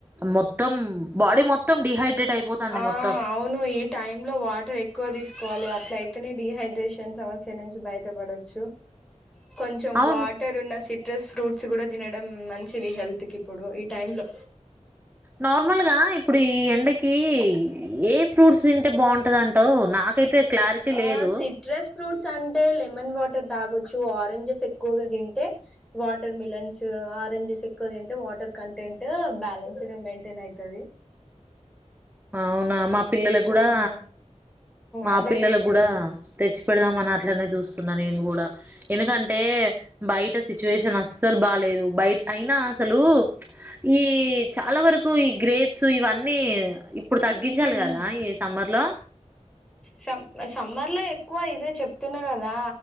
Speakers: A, on the right; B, in the centre.
A: మొత్తం బాడీ మొత్తం డిహైడ్రేట్ అయిపోతుంది
B: ఆ
A: మొత్తం
B: అవును ఈ టై లో వాటర్ ఎక్కువ తీసుకోవాలి అట్ల అయితేనే డిహైడ్రేషన్ సమస్య నుంచి బయటపడచ్చు కొంచెం
A: అవును
B: వాటర్ ఉన్న సిట్రస్ ఫ్రూట్స్ కూడా తినడం మంచిది హెల్త్కి ఇప్పుడు ఈ టైంలో
A: నార్మల్గా ఇప్పుడు ఈ ఎండకి ఏ ఫ్రూట్స్ తింటే బాగుంటది అంటావు నాకైతే క్లారిటీ
B: ఆ
A: లేదు
B: సిట్రస్ ఫ్రూట్స్ అంటే లెమన్ వాటర్ తాగొచ్చు ఆరెంజెస్ ఎక్కువగా తింటే వాటర్ మిలన్స్ ఆరెంజెస్ ఎక్కువ తంటే వాటర్ కంటెంట్ బ్యాలెన్స్డ్ తేనైతాది
A: అవునా మా పిల్లలకు కూడా
B: కొంచెం
A: మా
B: అవే
A: పిల్లలకు
B: తెచ్చిపెట్టు
A: కూడా తెచ్చి పెడదాం అట్లనే చూస్తున్నా నేను కూడా ఎందుకంటే బయట సిచ్యుయేషన్ అస్సలు బాేదు బయట అయినా అసలు ఈ చాలా వరకు ఈ గ్రేప్స్ ఇవన్నీ ఇప్పుడు తగ్గించాలి కదా ఈ సమ్మర్ లో
B: సమ్ సమ్మర్ లో ఎక్కువ ఇదే చెప్తున్నా కదా